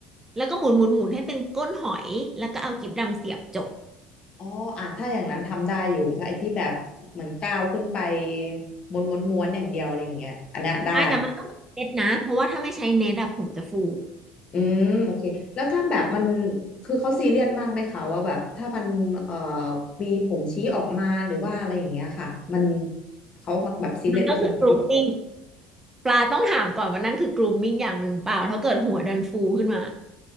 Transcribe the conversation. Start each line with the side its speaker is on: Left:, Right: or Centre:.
Right: แล้วก็หมุนหมุนหมุนให้เป็นก้นหอยแล้วก็เอากิ๊บดำเสียบจบ
Left: อ๋ออ่ะถ้าอย่างนั้นทำได้อยู่ถ้าไอ้ที่แบบเหมือนก้าวขึ้นไปม้วนม้วนม้วนอย่างเดียวอะไรอย่างเงี้ยอันเนี้ยได้
Right: ไอ่แต่มันต้องเน็ตนะเพราะว่าถ้าไม่ใช้เน็ตอะผมจะฟู
Left: อืมโอเคแล้วถ้าแบบมันคือเขาซีเรียสมากไหมคะว่าแบบถ้ามันเอ่อมีผมชี้ออกมาหรือว่าอะไรอย่างเงี้ยค่ะมันเขาแบบซีเรียสเรื่องนี้
Right: มันก็คือก r o มมิ n งปลาต้องถามก่อนว่านั่นคือก r o มมิ n งอย่างหนึ่งเปล่าถ้าเกิดหัวดันฟูขึ้นมา